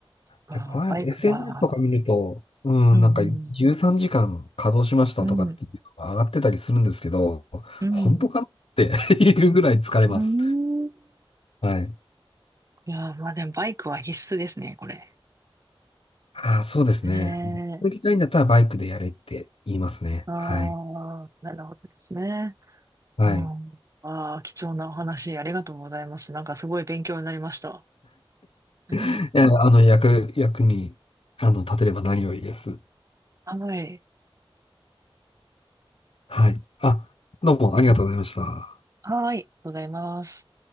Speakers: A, on the right (about 35°); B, on the left (about 75°).
A: あー、
B: で、これ、
A: バイクが。
B: SNS とか見ると、うん、
A: うんうん。
B: なんか13時間稼働しましたとかっていうのが上がってたりするんですけど、
A: うん。うん。
B: 本当かなって <laughs> いうぐらい疲れます。
A: うん。
B: はい。
A: いやー、まあでもバイクは必須ですね、これ。
B: ああ、そうですね。
A: ねえ。
B: 行きたいんだったらバイクでやれって言いますね。
A: あ
B: はい。
A: あ、なるほどですね。
B: はい。
A: うん。ああ、貴重なお話ありがとうございます。なんかすごい勉強になりました。<laughs>
B: <laughs> えあの、役、役に、あの、立てれば何よりです。
A: はい。
B: はい。あ、どうもありがとうございました。
A: はい。ありがとうございます。